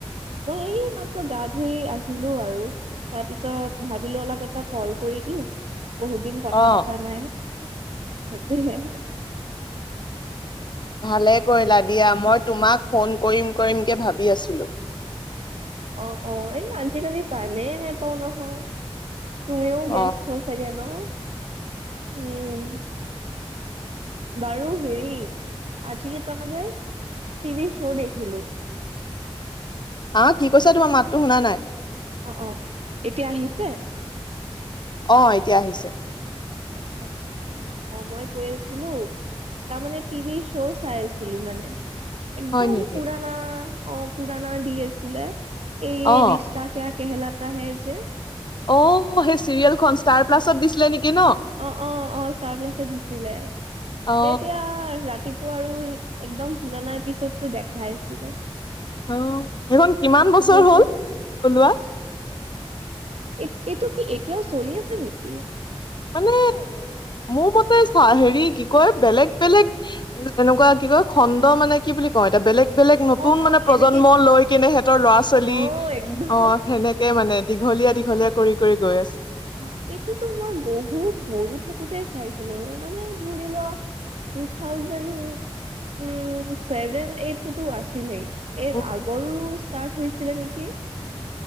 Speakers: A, on the right; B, on the left.
A: মই এইমাত্ৰ গা ধুই আহিলোঁ আৰু তাৰপিছত ভাবিলোঁ অলপ এটা কল কৰি দিওঁ বহুত দিন কথা
B: অ
A: পতা নাই, সেইটোৱে
B: ভালে কৰিলা দিয়া মই তোমাক ফোন কৰিম-কৰিম কে ভাবি আছিলোঁ।
A: অ'-অ' এই আজিকালি টাইমেই নেপাওঁ নহয়। তুমিও ব্যস্ত
B: অ
A: চাগে ন', উম। বাৰু হেৰি আজি এটা মানে টিভি শ্ব' দেখিলোঁ।
B: বা কি কৈছা তোমাৰ মাতটো শুনা নাই।
A: অ'-অ' এতিয়া আহিছে?
B: অ' এতিয়া আহিছে।
A: আচ্ছা-আচ্ছা। অ' মই কৈ আছিলোঁ এটা মানে টিভি শ্ব' চাই আছিলোঁ মানে একদম
B: হয় নেকি
A: পুৰানা অ' পুৰণা দি আছিলে এই-এই
B: অ
A: ৰিছ ৰিষ্টা ক্যা কেহলাতা হ্যায় যে
B: অ' সেই চিৰিয়েলখন ষ্টাৰ প্লাছত দিছিলে নেকি ন।
A: অ'-অ'-অ' ষ্টাৰ প্লাছত দিছিলে,
B: অ
A: যেতিয়া ৰাতি ৰাতিপুৱা আৰু একদম পুৰণা এপিচডটো দেখাই আছিলে।
B: অ সেইখন কিমান
A: সেইটোটো
B: বছৰ হ'ল ওলোৱা?
A: এইট এইটো কি এতিয়াও চলি আছে নিকি?
B: মানে, মোৰ মতে চা হেৰী কি কয়? বেলেগ বেলেগ এ এনেকুৱা কিবা খণ্ড মানে কি বুলি কওঁ এতিয়া বেলেগ বেলেগ নতুন
A: অ অ
B: মানে প্ৰজন্ম
A: এনেকে
B: লৈ কিনে সিহঁতৰ ল'ৰা- ছোৱালী।
A: অ একদম
B: অ' সেনেকে মানে দীঘলীয়া-দীঘলীয়া কৰি-কৰি গৈ আছে।
A: অ এইটোতো মই বহুত সৰু থাকোতে চাইছিলো মানে ধৰি লোৱা। টু থাউজেণ্ড, উম ছেভেন এইটোতো আছিলেই। এইৰ
B: উম
A: আগৰো ষ্টাৰ্ট হৈছিলে নেকি